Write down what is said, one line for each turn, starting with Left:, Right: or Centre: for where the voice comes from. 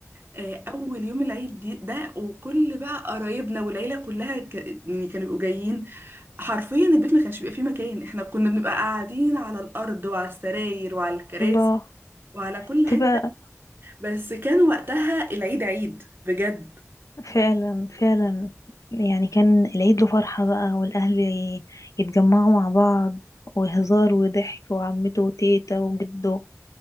Right: آه، اول يوم العيد دي ده وكل بقى قرايبنا والعيلة كلها ك... يعني كانوا بيبقوا جايين حرفيا البيت ما كانش بيبقى فيه مكان احنا كنا بنبقى قاعدين على الارض وعلى السراير وعلى الكراسي
Left: الله
Right: وعلى كل
Left: تبقى
Right: حتة بس كان وقتها العيد عيد بجد
Left: فعلا فعلا يعني كان العيد له فرحة بقى والأهل ي- يتجمعوا مع بعض وهزار وضحك وعمته وتيتا وجده